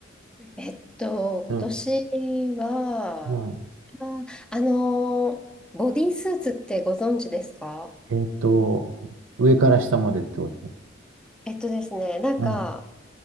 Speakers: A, in the centre; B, on the right (about 85°).
A: えっと、今年は、
B: うん。うん。
A: あ、あのー、ボディースーツってご存知ですか
B: えーっと、上から下までってこと
A: えっとですね、なんか、
B: うん。